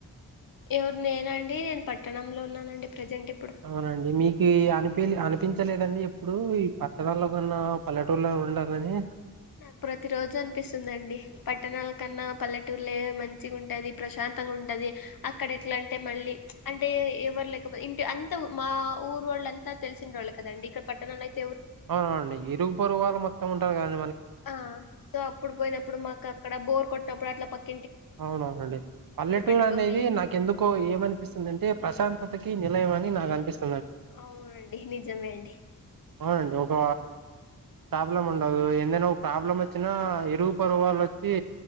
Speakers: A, on the left (about 70°); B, on the right (about 70°).
A: ఎవరు నేనా అండి నేను పట్టణంలో ఉన్నానండి. ప్రజెంట్ ఇప్పుడు
B: అవునండి మీకీ అనిపీ లే అనిప్ ప్పించలేదండి ఎప్పుడూ ఈ పట్టణంలో కన్నా పల్లెటూళ్లో ఉండాలనీ.
A: నాకు ప్రతి రోజు అనిపిస్తుందండి పట్టణాల కన్నా పల్లెటూర్లే మం మంచిగ ఉంటది ప్రశాంతంగా ఉంటది అక్కడ ఎట్ల అంటే మళ్ళీ ప్చ్ అంటే ఎవరు లేకపో ఇంటి అంత మా ఊరు వోళ్ళంతా తెలిసిన ఓళ్ళు కదండి ఇక్కడ పట్టణాల అయిత్
B: అవునండి ఇరుగు పొరుగు వాళ్లు మొత్తం ఉంటారు గాన్
A: ఆ సో అప్పుడు పోయినప్పుడు మాకు అక్కడ బోర్ కొట్టినప్పుడు అట్లా పక్
B: అవునవునండి పల్లెటూరు
A: పెట్టుకొని
B: అనేది నాకెందుకో ఏమనిపిస్తుందంటే ప్రశాంతతకి నిర్ ఇల్లేమని నాక్ అనిపిస్
A: అవునండి నిజమే అండి.
B: అవునండి ఒక ప్రాబ్లం ఉండదు ఏందైనా ఒక ప్రాబ్లం వచ్చినా ఇరుగు పొరుగు వాళ్ళు వచ్చి